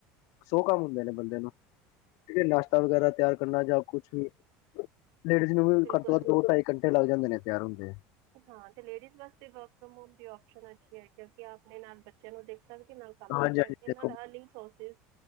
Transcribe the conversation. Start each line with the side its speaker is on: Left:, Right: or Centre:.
Left: ਸੌ ਕੰਮ ਹੁੰਦੇ ਨੇ ਬੰਦੇ ਨੂੰ। ਠੀਕ ਏ। ਨਾਸ਼ਤਾ ਵਗੈਰਾ ਤਿਆਰ ਕਰਨਾ ਜਾਂ ਕੁਛ ਵੀ। ਲੇਡੀਜ਼ ਨੂੰ ਵੀ
Right: ਬਿਲਕੁਲ
Left: ਘੱਟ ਤੋਂ ਘੱਟ ਦੋ ਢਾਈ ਘੰਟੇ ਲੱਗ ਜਾਂਦੇ ਨੇ ਤਿਆਰ ਹੁੰਦੇ।
Right: ਹਾਂ, ਤੇ ਲੇਡੀਸ ਵਾਸਤੇ ਵਰਕ ਫਰੇਮ ਹੋਮ ਦੀ ਔਪਸ਼ਨ ਅਛੀ ਏ। ਕਿਉਕਿ ਆਪਣੇ ਨਾਲ ਬਚਿ- ਬੱਚਿਆਂ ਨੂੰ ਦੇਖ ਸਕਦੀ, ਨਾਲ ਕੰਮ
Left: ਹਾਂਜੀ
Right: ਕਰ ਸਕਦੀ,
Left: ਹਾਂਜੀ
Right: ਨਾਲ
Left: ਦੇਖੋ
Right: ਅਰਨਿੰਗ ਸੋਰਸਿਸ-